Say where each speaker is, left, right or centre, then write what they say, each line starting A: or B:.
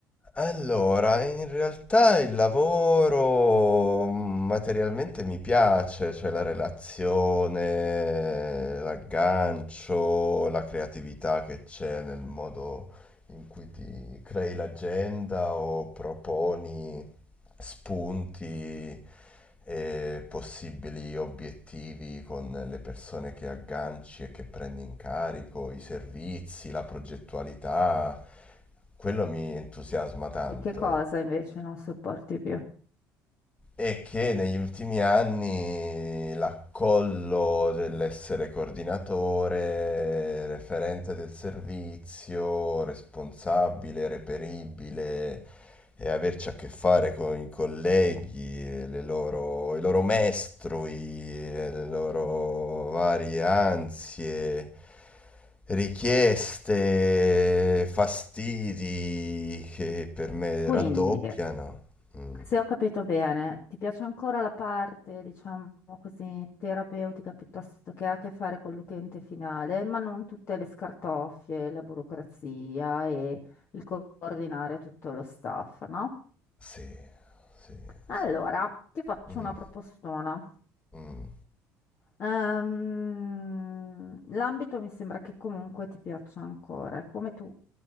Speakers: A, on the left; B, on the left.
A: Allora, in realtà il lavoro mm, materialmente mi piace, cioè la relazione, l'aggancio, la creatività che c'è nel modo in cui ti crei l'agenda o proponi spunti e possibili obiettivi con le persone che agganci e che prendi in carico, i servizi, la progettualità. Quello mi entusiasma tanto
B: E che cosa invece non sopporti più?
A: e che negli ultimi anni l'accollo dell'essere coordinatore, referente del servizio, responsabile, reperibile e averci a che fare con i colleghi, e le loro, i loro mestrui, e le loro varie ansie, richieste, fastidi che per me
B: Quindi...
A: raddoppiano. Mm,
B: Se ho capito bene, ti piace ancora la parte, diciamo così, terapeutica piuttosto che ha a che fare con l'utente finale, ma non tutte le scartoffie, la burocrazia e il co- coordinare tutto lo staff, no?
A: sì. Sì,
B: Allora,
A: sì.
B: ti faccio
A: Mm,
B: una propostona.
A: mm,
B: Ehm, l'ambito mi sembra che comunque ti piaccia ancora, e come tu